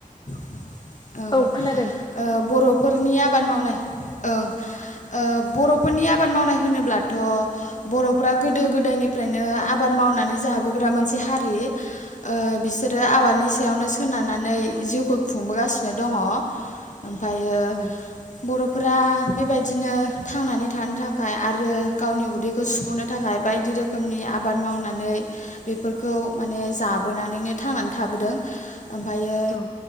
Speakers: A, on the left; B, on the left.
A: औ
B: औ खोनादों
A: ओ बर' फोरनि आबाद मावनाय। ओं। ओ बर'फोरनि आबाद मावनाय होनोब्लाथ' बर'फोरा गोदो गोदायनिफ्रायनो आबाद मावनानै जाबोग्रा मोनसे हारि ओ बिसोरो आबाद दनि सायावनो सोनारनानै जिउखौ खुंबोगासिनो दङ। ओमफ्रायो
B: औ
A: बर' फोरा बेबाय दिनो थांनानै थानो था खाय आरो गावनि उदैखौ सुफुंनो थाखाय बायदि रोखोमनि आबाद मावनानै बेफोरखौ माने जाबोनानैनो थांनानै थाबोदों। ओमफ्रायो
B: औ